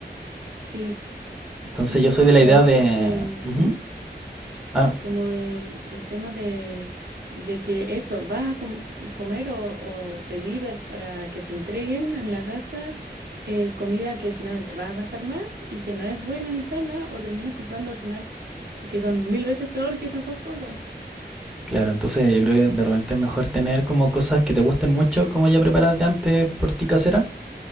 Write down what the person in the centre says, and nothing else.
Entonces
yo
soy de
la idea
de...
Ujú.
Ah, no.
Claro, entonces yo creo que de repente es mejor tener como cosas que te gusten mucho, como ya preparadas de antes por ti casera,